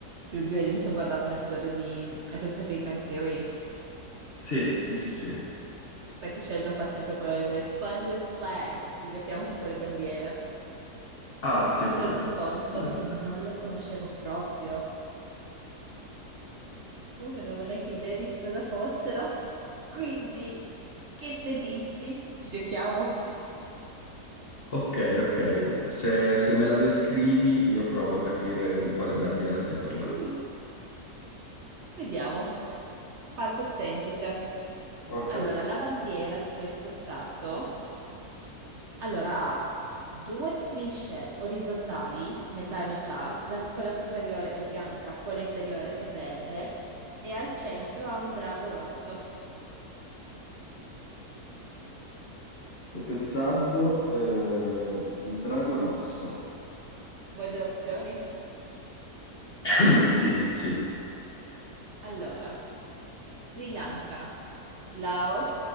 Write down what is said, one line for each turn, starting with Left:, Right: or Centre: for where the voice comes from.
Right: Giulio, ieri mi sono guardato un episodio di... Hai presente Big Bang Theory?
Left: Sì, sì, sì, sì.
Right: Sai che Sheldon fa sempre quella libera Fun with flags, divertiamoci con le bandiere.
Left: Ah, sì,
Right: Mi
Left: ho presente.
Right: sono resa conto
Left: presente.
Right: che non le conoscevo proprio. Alcune non avevo neanche idea di che cosa fossero. Quindi, che ne dici? Ci giochiamo?
Left: Ok, ok. Se, se me la descrivi, io provo a capire di quale bandiera stai parlando.
Right: Mm. Vediamo. Parto semplice.
Left: Ok,
Right: Allora, la bandiera di questo stato Allora ha due strisce orizzontali, metà e metà, la- quella superiore è bianca, quella inferiore è verde e al centro ha un drago rosso.
Left: sto pensando eh, un drago rosso.
Right: Vuoi delle opzioni?
Left: <clears throat> Sì, sì.
Right: Allora, Sri Lanka, Laos,